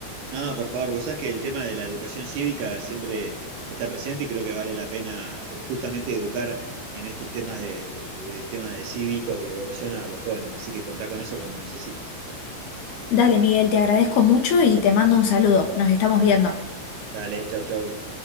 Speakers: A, on the right; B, on the left.
A: No, por favor, vos sabés que el tema de la educación cívica siempre está presente y creo que vale la pena eh, justamente educar en estos temas de, de- de- temas de cívicos y de votación a los jóvenes. Así que contá con eso cuando necesites.
B: Dale, Miguel, te agradezco mucho y te mando un saludo. Nos estamos viendo.
A: Dale, chau, chau.